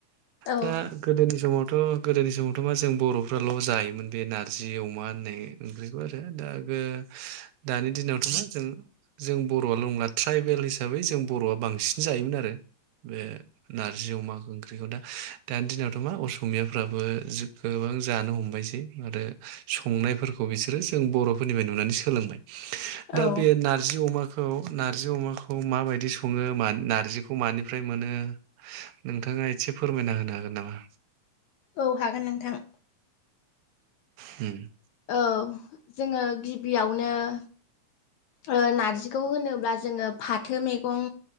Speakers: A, on the left; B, on the right.
A: औ
B: दा गोदोनि समाव थ' गोदोनि समावथ' मा जों बर'फ्राल' जायोमोन बे नारजि अमा होननाय ओंख्रिखौ आरो दा ओ दानि दिनावथ' मा जों जों बर'आल' नंला ट्राइबेल हिसाबै जों बर'आ बांसिन जायोमोन आरो बे नारजि अमा ओंख्रिखौ दा दानि दिनावथ' मा असमियाफ्राबो गोबां जानो हमबायसै आरो संनायफोरखौ बिसोरो जों बर'फोरनिफ्राय नुनानै सोलोंबाय। दा
A: औ
B: बे नारजि अमा खौ नार्जि अमाखौ मा बायदि स सङो मा नारजिखौ मानिफ्राय मोनो नोंथाङा एसे फोरमायना होनो हागोन नामा?
A: औ हागोन नोंथां।
B: हम
A: औ जोङो गिबियावनो ओ ओ नारजिखौ होनोब्ला जोङो फाथो मैगं।